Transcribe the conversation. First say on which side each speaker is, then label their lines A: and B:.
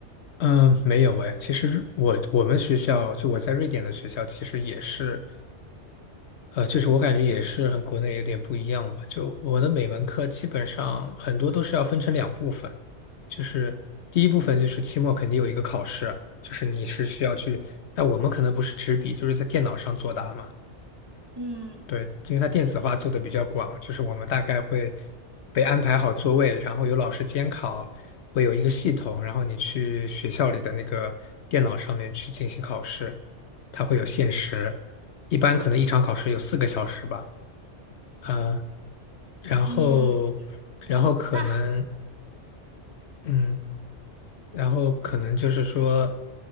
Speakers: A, on the left; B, on the right.
A: 嗯，没有诶，其实我我们学校就我在瑞典的学校，其实也是。呃，就是我感觉也是和国内有点不一样吧。就我的每门课基本上很多都是要分成两部分，就是第一部分就是期末肯定有一个考试，就是你是需要去，但我们可能不是纸笔，就是在电脑上作答嘛。
B: 嗯
A: 对，因为它电子化做的比较广，就是我们大概会被安排好座位，然后有老师监考，会有一个系统，然后你去学校里的那个电脑上面去进行考试，它会有限时，一般可能一场考试有四个小时吧。呃，然后，
B: 嗯，
A: 然后可能，
B: 那
A: 嗯，然后可能就是说，